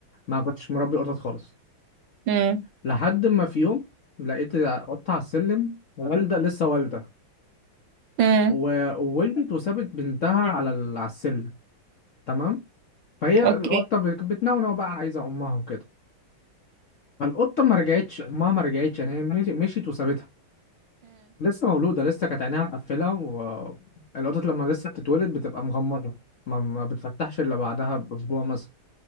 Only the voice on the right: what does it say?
امم
امم
اوكي